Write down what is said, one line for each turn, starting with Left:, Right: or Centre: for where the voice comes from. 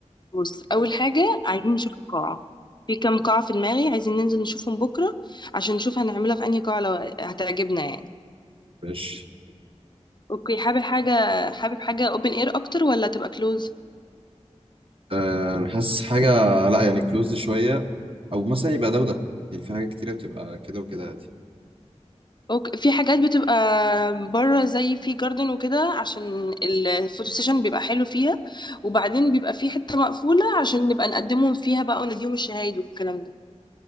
Left: بص أول حاجة عايزين نشوف القاعة في كام قاعة في دماغي عايزين ننزل نشوفهم بكرة عشان نشوف هنعملها في أنهي قاعة لو هتعجبنا يعني
Right: ماشي
Left: أوكي حابب حاجة حابب حاجة open air أكتر ولا تبقى close
Right: آه، أنا حاسس حاجة لا يعني كلوزد شوية أو مثلا يبقى ده وده يعني في حاجة كتيرة بتبقى كده وكده عادي
Left: أوكي في حاجات بتبقى بره زي في جاردن وكده عشان الفوتو سيشن بيبقى حلو فيها وبعدين بيبقى في حتة مقفولة عشان نبقى نقدمهم فيها بقى ونديهم الشهايد والكلام ده